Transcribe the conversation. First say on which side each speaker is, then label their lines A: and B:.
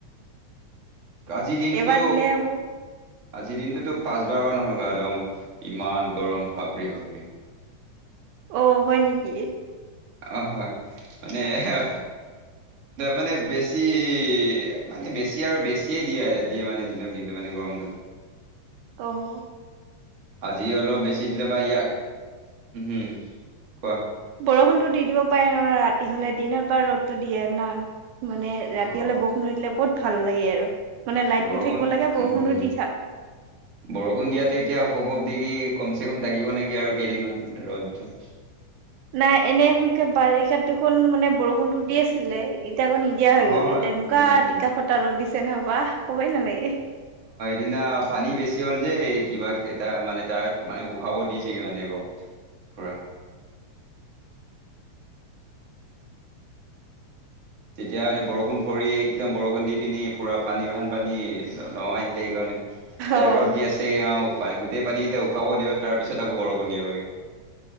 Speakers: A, on the right; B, on the right.
A: আজিৰ দিনটো
B: এবাৰ দিলে হ'ব
A: আজি দিনটোতো পাঁচবাৰ বাৰ হ'ল গা ধোৱা মোৰ, ইমান গৰম ভাবৰি ভাবি।
B: অ হয় নেকি
A: অ হয়, মানে এ মানে বেছি মানে বেছি, আৰু বেছি। কেই দিয়ে দিয়ে মানে দিনক দিনটো মানে গৰমটো।
B: আহ।
A: আজি অলপ বেছি দিলে বা ইয়াক হুম, কোৱা। <unintelligible>
B: বৰষুণতটো দি দিব পাৰে ন ৰাতি হলে দিনত বা ৰ'দো দিয়ে না। মানে ৰাতি
A: অ'
B: হলে বৰষুণো দিলে বহুত ভাল লাগে আৰু, মানে লাইটটো
A: বৰষুণ
B: থাকিব লাগে বৰষুণো
A: উম
B: দি থাক।
A: বৰষুণ দিয়াতে এতিয়া অসম <inaudible> অব্ধি কি কম চে কম থাকিব নেকি আৰু কেইদিনমান ৰ'দ।
B: নাই এনে সকে বাৰিষা দেখোন মানে বৰষুণতো দি আছিলে। এতিয়া আকৌ নিদিয়া হৈ
A: হয়
B: গ'ল। এতিয়া এনেকুৱা
A: উম
B: টিকা ফটা ৰ'দ দিছে নহবা কবই নালাগে।
A: দিনা পানী বেছি হ'ল। যে কিবা এটা মানে তাক মানে উশাব দিছেগে মানে ঘৰত পুৰা। তেতিয়া মানে বৰষুণ ভৰি একদম বৰষুণ দি পিনি পুৰা পানী ভান পানী নমাই দে সেইকাৰণে
B: অ
A: ৰ'দ দি আছে আৰু পানে গোটেই। পানীকেইটা উখাব দিব তাৰ পিছত আকৌ বৰষুণ দিবগে।